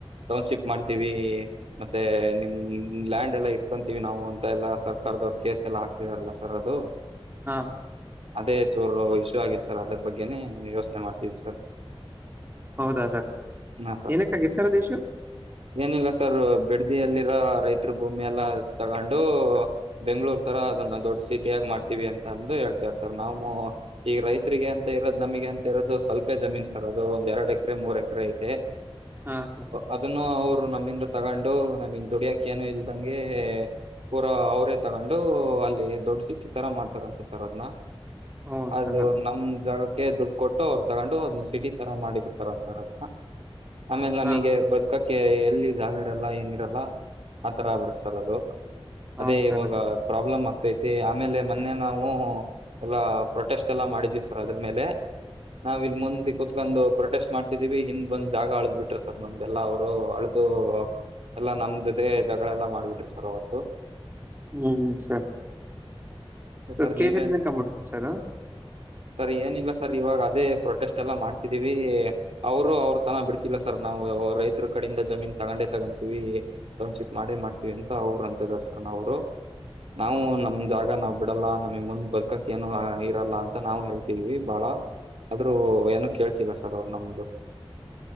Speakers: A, on the right; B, on the right.
A: ಟೌನ್ಶಿಪ್ ಮಾಡ್ತೀವಿ. ಮತ್ತೆ ನಿಮ್ ಲ್ಯಾಂಡ್ ಎಲ್ಲಾ ಕಂತೀವಿ ನಾವು ಅಂತ ಎಲ್ಲ ಸರ್ಕಾರದವ್ರು ಕೇಸ್ ಎಲ್ಲ ಹಕ್ತಿದಾರಲ್ಲ ಸರ್ ಅದು
B: ಹಾಂ
A: ಅದೇ ಚೂರು ಇಶ್ಯೂ ಆಗೇದೆ ಸರ್ ಅದ್ರ ಬಗ್ಗೆನೆ ಯೋಚನೆ ಮಾಡ್ತೀವಿ ಸರ್.
B: ಹೌದಾ ಸರ್
A: ಹಾ ಸರ್
B: ಏನಕ್ಕ ಆಗಿತ್ತು ಸರ್ ಅದು ಇಶ್ಯೂ
A: ಏನಿಲ್ಲ ಸರ್ ಬಿಡದಿಯಲ್ಲಿರೋ ರೈತರು ಭೂಮಿ ಎಲ್ಲಾ ತಗೊಂಡು. ಬೆಂಗ್ಳೂರ್ ತರ ಅದನ್ನ ದೊಡ್ ಸಿಟಿಯಾಗ ಮಾಡ್ತೀವಿ ಅಂತ ಅಂದು ಹೇಳ್ತವ ಸರ್ ನಾವು ಈಗ ರೈತರಿಗೆ ಅಂತ ಇರೋದು ನಮಗೆ ಅಂತ ಇರೋದು ಸ್ವಲ್ಪೇ ಜಮೀನ್ ಸರ್ ಅದು ಒಂದ್ ಎರಡು ಎಕರೆ ಮೂರ್ ಎಕರೆ ಐತೆ
B: ಹಾ ಸರ್
A: ಅದನ್ನು ಅವರು ನಮ್ಮಿಂದ ತಗೊಂಡು ನಮಗ್ ದುಡಿಯಕೆ ಏನು ಇಲ್ದಂಗೆ ಪೂರ ಅವರೇ ತಗೊಂಡು ಅಲ್ಲಿ ದೊಡ್ ಸಿಟಿ ತರ ಮಾಡ್ತಾರಂತೆ ಸರ್ ಅದನ್ನ
B: ಓ
A: ಅದು
B: ಸರ್
A: ನಮ ಜಾಗ ಅವರಿಗೆ ದುಡ್ಡು ಕೊಟ್ಟು ಅವ್ರು ತಗೊಂಡು ಅದ್ನ್ನ ಸಿಟಿ ತರ ಮಾಡಿ ಬಿಡ್ತಾರ ಏನ್ ಸರ್ ಅದನ್ನ ಆಮೇಲೆ ನಮಗೆ
B: ಹಾ
A: ಬದುಕಕ ಎಲ್ಲಿ ಜಾಗ ಇರಲ್ಲ ಏನಿರಲ್ಲ ಆತರ ಆಗಿಬಿಡತ್ತ್ ಸರ್ ಅದು
B: ಹೌದು
A: ಅದೇ
B: ಸರ್
A: ಇವಾಗ ಪ್ರಾಬ್ಲಮ್ ಆಗ್ತೈತಿ ಆಮೇಲೆ ಮೊನ್ನೆ ನಾವು ಎಲ್ಲ ಪ್ರೊಟೆಸ್ಟ್ ಎಲ್ಲ ಮಾಡಿದ್ವಿ ಸರ್ ಅದ್ರ ಮೇಲೆ ನಾವ್ ಇಲ್ ಮುಂದ ಕೊತು ಒಂದು ಪ್ರೊಟೆಸ್ಟ್ ಮಾಡ್ತಿದೀವಿ ಹಿಂದ್ ಬಂದ್ ಜಾಗ ಅಳ್ದ್ ಬಿಟ್ರ ಸರ್ ನಮ್ದೆಲ್ಲಾ ಅವ್ರು ಅಳದು ಎಲ್ಲಾ ನಮ್ ಜೊತೆ ಜಗಳೆಲ್ಲಾ ಮಾಡ್ಬಿಟ್ರಿ ಸರ್ ಅವತ್ತು
B: ಹ್ಮ್ ಸರಿ. ಸ
A: ಸರ್
B: ಕೆಸಲ್ಲಿ
A: ನೀವೇನ್
B: ಕಮ್ಮ್ಬಿಟ್ಟತ್ತು ಸರ್
A: ಸರ್ ಏನಿಲ್ಲ ಸರ್ ಇವಾಗ ಅದೇ ಪ್ರೊಟೆಸ್ಟ್ ಎಲ್ಲ ಮಾಡ್ತಿದೀವಿ ಅವರು ಅವ್ರ ತನ ಬಿಡ್ತ ಇಲ್ಲ ಸರ್ ನಾವು ರೈತರ ಕಡೆಯಿಂದ ಜಮೀನ್ ತಗೊಂಡೆ ತಗೊಂತೀವಿ. ಟೌನ್ಶಿಪ್ ಮಾಡೇ ಮಾಡ್ತೀವಿ ಅಂತ ಅವರು ಅಂತ ದರ್ಸರನ ಅವರು ನಾವು ನಮ್ ಜಾಗ ನಾವ್ ಬಿಡಲ್ಲ ನಮಗ್ ಮುಂದ್ ಬರ್ಕಕ್ ಏನು ಇರಲ್ಲ ಅಂತ ನಾವು ಹೇಳ್ತಿದೀವಿ ಬಾಳ. ಆದ್ರೂ ಏನು ಕೇಳ್ತಿಲ್ಲ ಸರ್ ಅವ್ರು ನಮ್ದು.